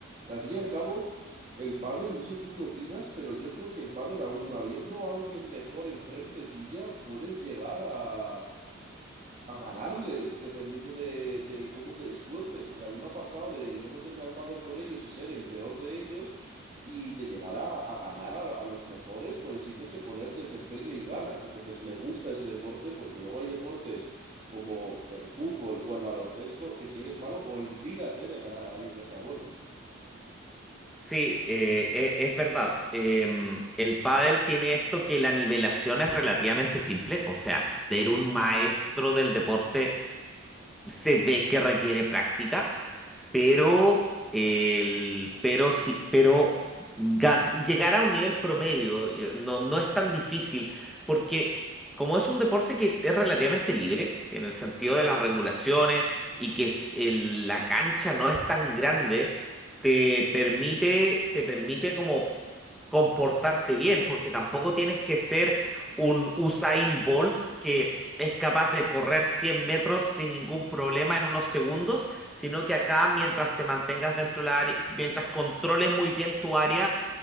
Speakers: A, on the right; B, in the centre.
A: al fin y al cabo, el pádel, no sé tú qué opinas, pero yo creo que el pádel aún habiendo a alguien mejor enfrente tuya, puedes llegar a, a ganarle, dependiendo de, de cómo te esfuerces, porque a mí me ha pasado de yo meterme al pádel con ellos y ser el peor de ellos y de llegar a, a ganar a, a los mejores por el simple hecho de poner desempeño y ganas. Entonces me gusta ese deporte porque luego hay deportes como el fútbol o el baloncesto que si eres malo, olvídate de ganar a alguien que sea bueno.
B: Sí, eh, e- es verdad. Em, el pádel tiene esto que la nivelación es relativamente simple, o sea, ser un maestro del deporte se ve que requiere práctica, pero, el, pero, sí, pero gan- llegar a un nivel promedio eh, no, no es tan difícil, porque como es un deporte que es relativamente libre en el sentido de las regulaciones y que es el- la cancha no es tan grande, te permite, te permite como comportarte bien, porque tampoco tienes que ser un Usain Bolt que es capaz de correr 100 metros sin ningún problema en unos segundos, sino que acá mientras te mantengas dentro de la área, mientras controles muy bien tu área,